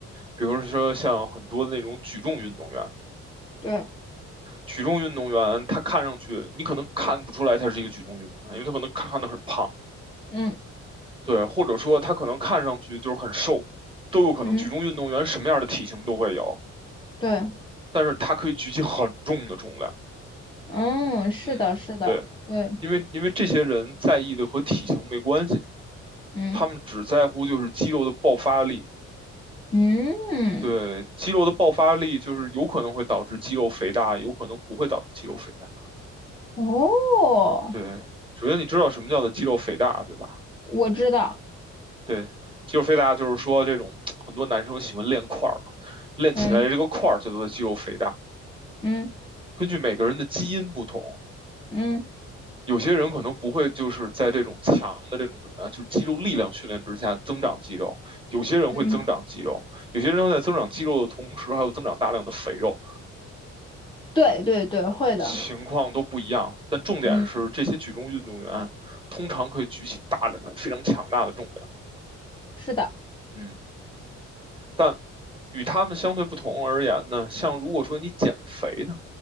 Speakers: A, on the right; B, on the left.
A: 比如说像很多的那种举重运动员，
B: 对，
A: 举重运动员他看上去你可能看不出来他是一个举重运动员，因为他可能看上去很胖，
B: 嗯
A: 对，或者说他可能看上去就是很瘦，都有可能。
B: 嗯，
A: 举重运动员什么样的体型都会有，
B: 对，
A: 但是他可以举起很重的重量。
B: 嗯，是的，
A: 嗯，
B: 是的，
A: 对，
B: 对，
A: 因为因为这些人在意的和体型没关系，
B: 嗯
A: 他们只在乎就是肌肉的爆发力。
B: 嗯。
A: 对，肌肉的爆发力就是有可能会导致肌肉肥大，有可能不会导致肌肉肥大。
B: 哦，
A: 对，首先你知道什么叫做肌肉肥大，对吧？
B: 我知道，
A: 对，肌肉肥大就是说这种很多男生喜欢练块儿嘛，练起来这个块儿叫做肌肉肥大。
B: 嗯嗯
A: 根据每个人的基因不同，
B: 嗯
A: 有些人可能不会就是在这种强的这种什么呀，就是肌肉力量训练之下增长肌肉，有些人会增长肌肉，
B: 嗯
A: 有些人会在增长肌肉的同时还有增长大量的肥肉。
B: 对对对，会的，
A: 情况都不一样，但重点是这些举重运动员通常可以举起大量的、
B: 嗯
A: 非常强大的重量。
B: 是的，
A: 嗯，但与他们相对不同而言呢，像如果说你减肥呢，